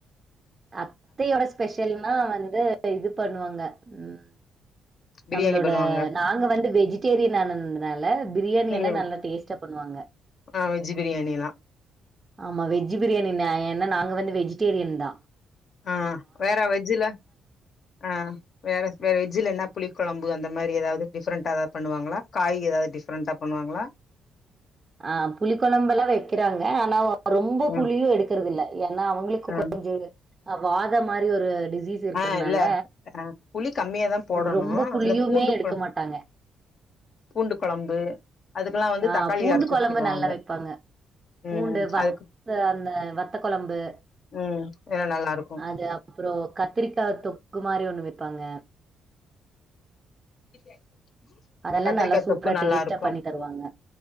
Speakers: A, on the right; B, on the left.
A: அத்தையோட ஸ்பெஷல்னா வந்து இது பண்ணுவாங்க ம்
B: பிரியாணி
A: நம்மளோட
B: பண்ணுவாங்க
A: நாங்க வந்து வெஜிடேரியன் ஆனதுனால ப்ரியாணி
B: நீங்க
A: எல்லா நல்லா டேஸ்ட்டா பண்ணுவாங்க
B: ஆ வெஜ்ஜி ப்ரியாணி எல்லா
A: ஆமா வெஜ் ப்ரியாணின ஏன்னா நாங்க வந்து வெஜிடேரியன்தா
B: ஆ வேற வெஜ்ஜில ஆ வேற வேற வெஜ்ஜில என்னா புளி கொழம்பு அந்த மாரி எதாவ்து டிஃப்ரெண்ட்டா எதாது பண்ணுவாங்களா காய் எதாது டிஃப்ரெண்டா பண்ணுவாங்களா
A: ஆ புளி கொழம்பல்லா வைக்கிறாங்க ஆனா ரொம்ப
B: ம்
A: புளியு எடுக்றத இல்ல ஏன்னா அவுங்களுக்கு
B: ம்
A: கொஞ்சோ அ வாத மாரி ஒரு டிசீஸ் இருக்கிறதுனால
B: ஆ இல்ல அ புளி கம்மியாதா போடணு
A: ரொம்ப புளியுமே
B: இந்த பூண்டு
A: எடுக்க
B: கொழ
A: மாட்டாங்க
B: பூண்டு கொழம்பு அதுக்கெல்லா வந்து
A: ஆ
B: தக்காளி
A: பூண்டு
B: அரச்சு
A: கொழம்பு
B: ஊத்திருவாங்க
A: நல்லா வெப்பாங்க பூண்டு
B: ம்
A: வத்த
B: அதுக்கு
A: அந்த வத்த கொழம்பு
B: ம் ஏனா நல்லா இருக்கு
A: அது அப் றோ கத்திரிக்கா தொக்கு மாரி ஒண்ணு வைப்பாங்க
B: <inaudible>
A: அதெல்லாம்
B: கத்திரிக்கா
A: நல்லா சூப்பரா
B: தொக்கு நல்லா
A: டேஸ்ட்டா
B: இருக்கு
A: பண்ணி தருவாங்க